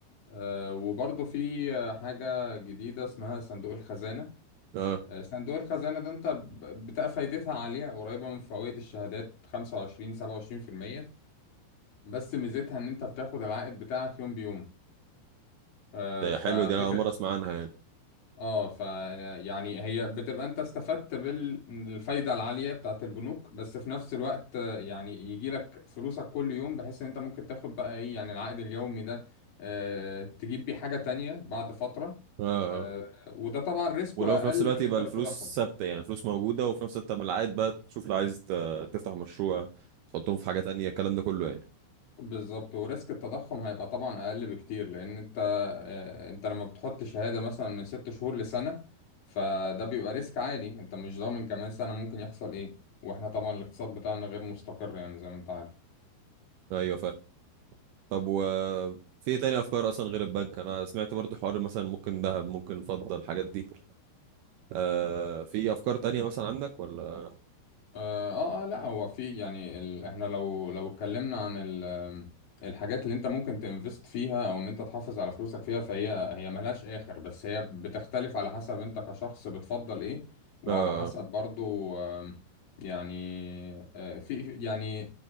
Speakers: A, on the left (about 45°); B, on the right (about 80°).
A: آه، وبرضه في آه، حاجة جديدة اسمها صندوق الخزانة
B: آه
A: آه، صندوق الخزانة ده أنت ب- بتبقى فايدتها عالية قريبة من فوائد الشهادات 25 27% بس ميزتها إن أنت بتاخد العائد بتاعك يوم بيوم آه،
B: ده
A: ففكرة
B: حلوة دي أنا أول مرة أسمع عنها يعني
A: اه ف يعني هي بتبقى انت استفدت بالفايدة العالية بتاعت البنوك بس في نفس الوقت آه، يعني يجي لك فلوسك كل يوم بحيث ان انت ممكن تاخد بقى ايه يعني العائد اليومي ده آه، تجيب بيه حاجة تانية بعد فترة
B: آه
A: آه،
B: آه.
A: وده طبعا ريسكه
B: ولو في
A: اقل
B: نفس الوقت
A: بالنسبة
B: يبقى الفلوس
A: للتضخم
B: ثابته يعني الفلوس موجوده وفي نفس الوقت من العائد بقى تشوف لو عايز ت- تفتح مشروع تحطهم في حاجه تانية الكلام ده كله يعني
A: بالظبط وريسك التضخم هيبقى طبعا اقل بكتير لان انت آه، انت لما بتحط شهادة مثلا من ست شهور لسنة فده بيبقى ريسك عالي انت مش ضامن كمان سنة ممكن يحصل ايه واحنا طبعا الاقتصاد بتاعنا غير مستقر يعني زي ما انت عارف
B: ايوه فاهم طب و في إيه تاني افكار اصلا غير البنك انا سمعت برضو حوار مثلا ممكن ذهب ممكن فضه الحاجات دي آه في افكار تانية مثلا عندك ولا
A: اه اه آه، لا هو في يعني ال... احنا لو لو اتكلمنا عن ال... آم، الحاجات اللي انت ممكن تنفست فيها او ان انت تحافظ على فلوسك فيها فهي هي ملهاش اخر بس هي بتختلف على حسب انت كشخص بتفضل ايه وعلى
B: اه
A: حسب برضو آم، يعني آه، في في- يعني